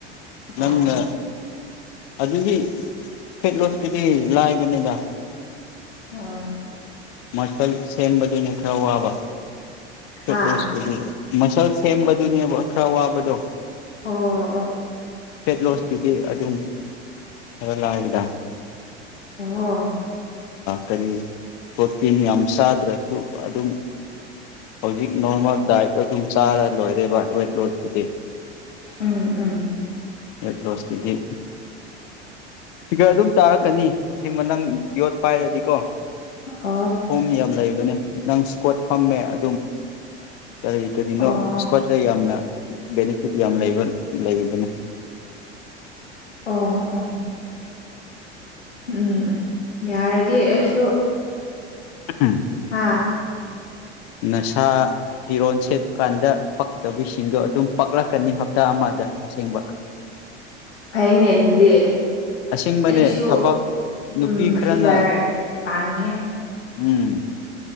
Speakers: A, on the left; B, on the left.
A: ꯅꯪꯅ
B: ꯑꯣ
A: ꯑꯗꯨꯒꯤ ꯐꯦꯠ ꯂꯣꯁꯀꯤꯗꯤ ꯂꯥꯏꯕꯅꯤꯗ
B: ꯑꯥ
A: ꯃꯁꯜ ꯁꯦꯝꯕꯗꯨꯅ ꯈꯔ ꯋꯥꯕ ꯐꯦꯠꯂꯣꯁꯄꯨꯗꯤ
B: ꯍꯥ
A: ꯃꯁꯜ ꯁꯦꯝꯕꯗꯨꯅꯦꯕ ꯈꯔ ꯋꯥꯕꯗꯣ
B: ꯑ ꯑꯥ
A: ꯐꯦꯠꯂꯣꯁꯇꯨꯗꯤ ꯑꯗꯨꯝ ꯈꯔ ꯂꯥꯛꯑꯗ
B: ꯑꯣ
A: ꯀꯔꯤ ꯄ꯭ꯔꯣꯇꯤꯟ ꯌꯥꯝ ꯆꯥꯗ꯭ꯔꯁꯨ ꯑꯗꯨꯝ ꯍꯧꯖꯤꯛ ꯅꯣꯔꯃꯦꯜ ꯗꯥꯏꯠ ꯑꯗꯨꯝ ꯆꯥꯔ ꯂꯣꯏꯔꯦꯕ ꯋꯦꯠ ꯂꯣꯁꯀꯤꯨꯗꯤ
B: ꯎꯝ ꯎꯝ
A: ꯑꯦꯠ ꯂꯁꯤꯗꯤ ꯁꯤꯒꯔ ꯑꯗꯨꯝ ꯆꯥꯔꯛꯀꯅꯤ ꯑꯁꯦꯡꯕ ꯅꯪ ꯌꯣꯠ ꯄꯥꯏꯔꯗꯤꯀꯣ
B: ꯑꯣ
A: ꯐꯣꯝ ꯌꯥꯝ ꯂꯩꯕꯅꯦ ꯅꯪ ꯏꯁꯀꯣꯠ ꯐꯝꯃꯦ ꯑꯗꯨꯝ ꯀꯔꯤ ꯀꯔꯤꯅꯣ
B: ꯑꯣ ꯑꯣ
A: ꯏꯁꯀ꯭ꯋꯥꯠꯇ ꯌꯥꯝꯅ ꯕꯦꯅꯤꯐꯤꯠ ꯌꯥꯝ ꯂꯩꯕ ꯂꯩꯕꯅꯦ
B: ꯑ ꯑꯣ ꯎꯝ ꯎꯝ ꯌꯥꯔꯗꯤ ꯑꯩꯁꯨ
A: ꯎꯝ
B: ꯑꯥ
A: ꯅꯁꯥ ꯐꯤꯔꯣꯜ ꯁꯦꯠꯄ ꯀꯥꯟꯗ ꯄꯛꯇꯕꯤꯁꯤꯡꯗꯣ ꯑꯗꯨꯝ ꯄꯛꯂꯛ ꯍꯥꯀꯅꯤ ꯍꯞꯇꯥ ꯑꯃꯗ ꯑꯁꯦꯡꯕ
B: ꯐꯩꯅꯦ ꯑꯗꯨꯗꯤ
A: ꯑꯁꯦꯡꯕꯅꯦ
B: ꯑꯩꯁꯨ
A: ꯊꯕꯛ ꯅꯨꯄꯤ
B: ꯎꯝ
A: ꯈꯔꯅ
B: ꯐꯤꯒꯔ ꯇꯥꯅꯤꯡꯉꯦ
A: ꯎꯝ